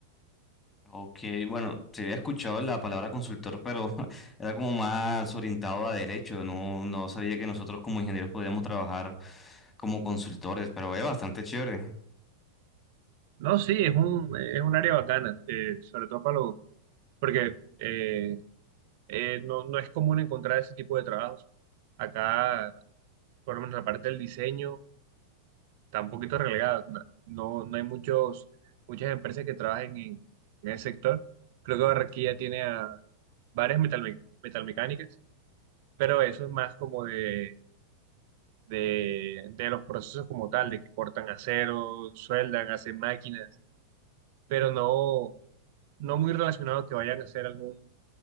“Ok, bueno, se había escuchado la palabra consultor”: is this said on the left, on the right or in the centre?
Left